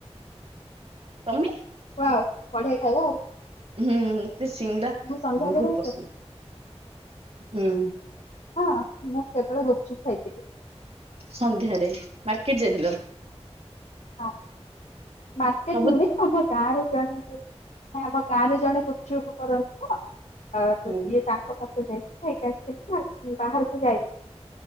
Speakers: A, on the right; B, on the left.
A: ତମେ
B: ଆଉ ପଢିଆ ଖାଇବା ଆଉ
A: ହୁଁ ମତେ ସିଙ୍ଗଡ଼ା
B: ମୁଁ ସନ୍ଧ୍ୟାବେଳେ
A: ବହୁତ ପସନ୍ଦ
B: କେ
A: ହୁଁ
B: ହଁ ମୁଁ କେବଳ ଗୁପଚୁପ ଖାଇଥିଲି
A: ସନ୍ଧ୍ୟାରେ ମାର୍କେଟ ଯାଇଥିଲ
B: ହଁ ମାର୍କେଟ
A: ସବୁ
B: ନୁହେଁ ଆମ ଗାଁର ଜଣେ ଆମ ଗାଁରେ ଜଣେ ଗୁପଚୁପ କରନ୍ତି ତ ଅ ତ
A: ହୁଁ
B: ସିଏ ତାଙ୍କ ପାଖ ଯାଇ ଖାଇକି ଆସିି ଯାଇ ବାହାରକୁ ଯାଇନି <unintelligible>